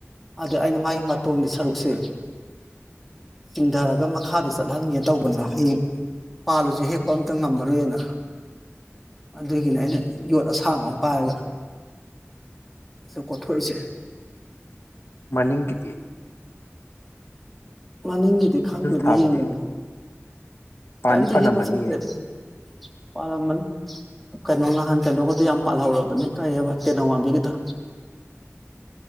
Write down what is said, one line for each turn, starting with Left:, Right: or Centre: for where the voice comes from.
Centre: ꯑꯗ ꯑꯩꯅ ꯃꯥꯒꯤ ꯃꯇꯣꯟꯒꯤ ꯁꯔꯨꯛꯁꯦ ꯆꯤꯡꯙꯔꯒ ꯃꯈꯥꯗ ꯆꯠꯍꯟꯒꯦꯅ ꯇꯧꯕꯅꯤꯕ ꯍꯌꯦꯡ ꯄꯥꯜꯂꯁꯨ ꯍꯦꯛꯄ ꯑꯝꯇ ꯉꯝꯃꯔꯣꯏꯅ ꯑꯗꯨꯒꯤꯅꯤ ꯑꯩꯅ ꯌꯣꯠ ꯑꯁꯥꯡꯕ ꯑꯃ ꯄꯥꯏꯔꯒ ꯁ ꯀꯣꯊꯣꯛꯏꯁꯦ
Left: ꯃꯅꯤꯡꯒ ꯗꯤ
Centre: ꯃꯅꯤꯡꯒꯤꯗꯤ ꯈꯪꯗꯦꯗ
Left: ꯊꯥꯕꯗꯤ
Centre: ꯌꯦꯡꯉꯨꯗꯦ
Left: ꯄꯥꯟꯗꯤ
Centre: ꯀꯏꯝꯇ
Left: ꯄꯥꯜꯂꯝꯃꯅꯤꯌꯦ
Centre: ꯍꯦꯛꯄ ꯆꯠꯇꯦꯗ ꯄꯥꯜꯂꯝꯃꯅꯤ ꯀꯩꯅꯣ ꯅꯍꯥꯟ ꯀꯩꯅꯣꯒꯗ ꯌꯥꯝ ꯄꯥꯜꯍꯧꯔꯕꯅꯦ ꯀꯥꯏꯑꯕ ꯇꯦꯅꯧꯋꯥꯡꯕꯤꯒꯗꯣ